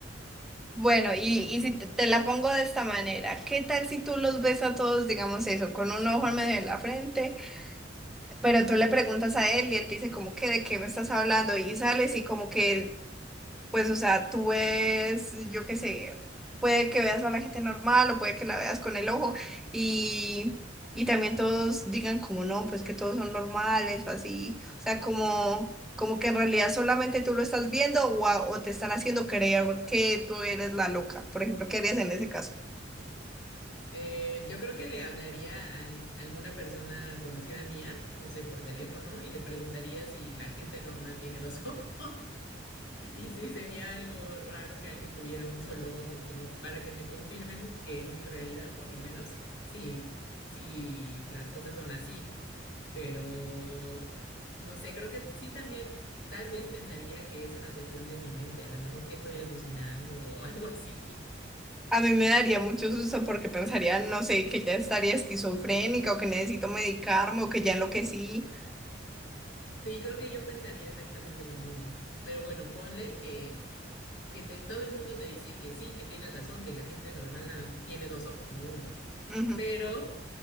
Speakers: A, in the centre; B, on the left.
A: Bueno, y, y si te, te la pongo de esta manera, ¿qué tal si tú los ves a todos, digamos eso, con un ojo en medio de la frente? Pero tú le preguntas a él y él te dice como que de qué me estás hablando y sales y como que, pues, o sea, tú ves, yo qué sé, puede que veas a la gente normal o puede que la veas con el ojo y, y también todos digan como no, pues que todos son normales o así, o sea, como, como que en realidad solamente tú lo estás viendo o, a- o te están haciendo creer que tú eres la loca, por ejemplo, ¿qué harías en ese caso?
B: Eh, yo creo que le hablaría a al- alguna persona conocida mía, no sé, por teléfono, y le preguntaría si la gente normal tiene dos <laughs> ojos. Y si sería algo raro que alguien tuviera un solo ojo, como para que me confirmen que en mi realidad, por lo menos, sí, sí, las cosas son así. Pero, no sé, creo que sí también, tal vez pensaría que es una cuestión de mi mente, a lo mejor que estoy alucinando o <laughs> algo así.
A: A mí me daría mucho susto porque pensaría, no sé, que ya estaría esquizofrénica o que necesito medicarme o que ya enloquecí.
B: Sí, creo que yo pensaría exactamente lo mismo. Pero bueno, ponle que, que te, todo el mundo te dice que sí, que tienes razón, que la gente normal nada, tiene dos ojos, no uno.
A: Ujú.
B: Pero